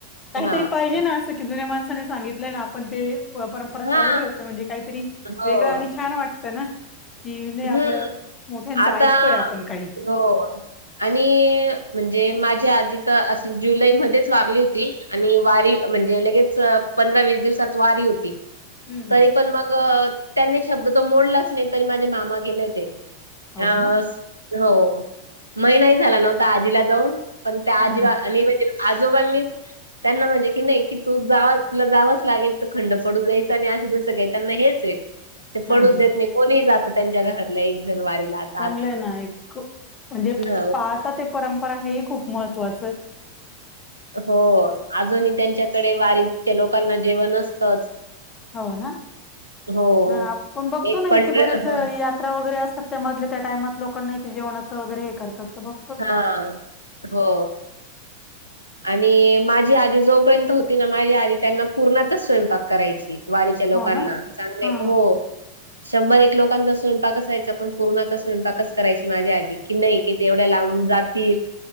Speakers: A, on the left (about 25°); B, on the right (about 85°).
A: काहीतरी
B: हा
A: पाहिजे ना अस जुन्या माणसाने सांगितलंय, आपण ते परंपरा
B: हा
A: चालू ठेवतोय म्हणजे, काहीतरी
B: हो
A: वेगळं आणि छान वाट त ना की, नाही
B: हम्म
A: आपल्या मोठ्यांच
B: आता
A: ऐकतोय आपण काही
B: हो! आणि म्हणजे माझी आजी तर अशी जुलै मध्येच वारली होती आणि वारी म्हणजे, लगेच अ पंधरा - वीस दिवसात वारी होती.
A: हम्म
B: तरी
A: हम्म.
B: पण मग त्यांनी शब्द तो मोडलाच नाही. तरी माझे मामा गेले होते.
A: हो
B: अ,
A: ना
B: हो! महिना ही झाला न्हवता आजीला जाऊन, पण त्या
A: हम्म
B: आजी आणि म्हणजे आजोबांनी त्यांना म्हणजे की नाही, की तू जा तुला जावंच लागेल. तर खंड पडू द्यायचा नाही. असं, जसं काही त्यांना हेच आहे. ते पडूच
A: हम्म
B: देत नाही. कोणीही जात त्यांच्या घरातल्या एक जण वारीला आ
A: चांगलंय ना एक म्हणजे
B: हो.
A: पाहता ते परंपरा हेही खूप महत्त्वाचं.
B: हो! अजूनही त्यांच्याकडे वारीच्या लोकांना जेवण असतंच.
A: हो ना!
B: हो
A: ह आप आपण बघतो
B: एक
A: ना
B: पंढ
A: इथे बरेच
B: ह
A: <unintelligible> त्रा वगैरे असतात. त्या मधले त्या टाईमात लोकांना इथे जेवणाचं वगैरे हे करतात. तर बघ
B: हा! हो! आणि माझी आजी जोपर्यंत होती ना, माझी आजी त्यांना पूरणाचाच स्वयंपाक करायची. वारीच्या लोकांना,
A: हो ना
B: चांगलयं,
A: हा
B: हो! शंभर एक लोकांचा स्वयंपाक असायचा, पण पूरणाचा स्वयंपाकच करायची माझी आजी की, नाही की, ते एवढ्या लांबून जात तिलं,